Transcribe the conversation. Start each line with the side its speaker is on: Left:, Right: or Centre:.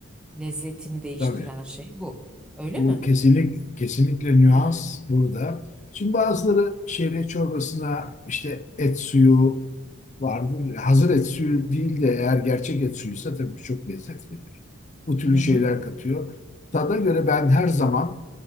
Centre: Lezzetini değiştiren
Left: tabii
Centre: şey bu. Öyle
Left: bu
Centre: mi?
Left: kesinlik, kesinlikle nüans
Centre: Hmm.
Left: burada. Şimdi bazıları şehriye çorbasına işte et suyu vardır. Hazır et suyu değil de eğer gerçek et suyuysa tabii çok lezzet verir. Bu türlü
Centre: Hı
Left: şeyler
Centre: hı.
Left: katıyor. Tada göre ben her zaman